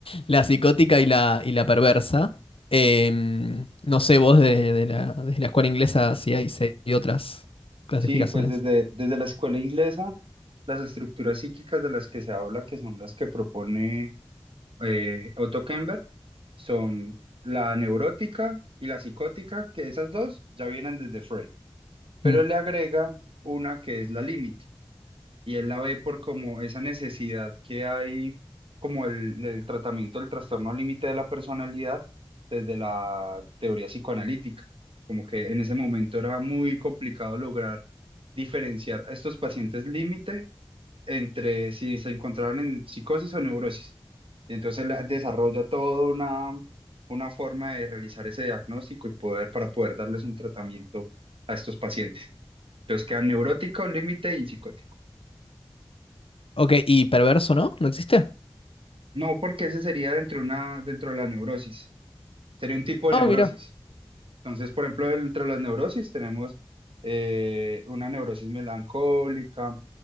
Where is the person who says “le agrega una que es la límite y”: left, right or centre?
Right